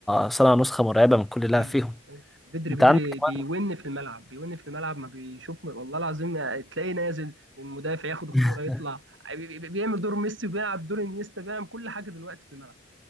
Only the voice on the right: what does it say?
ايوه
ايوه بدري
بدري
بيون في الملعب بيون في الملعب ما بيشوف والله العظيم تلاقيه نازل المدافع ياخد الكوره
يطلع بي- بي- بيعمل دور ميسي وبيلعب دور انيستا بيعمل كل حاجه دلوقتي في الملعب